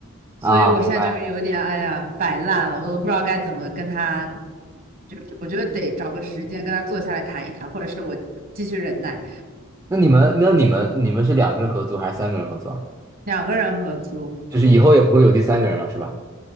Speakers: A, on the right (about 45°); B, on the right (about 15°).
A: 所以我现在就是有点哎呀摆烂了，
B: 啊，明白。啊。
A: 我都不知道该怎么跟他，就是我觉得得找个时间跟他坐下来谈一谈，或者是我继续忍耐，
B: 那你们，那你们，你们是两个人合租还是三个人合租啊？
A: 两个人合租。
B: 就是以后也不会有第三个人了，是吧？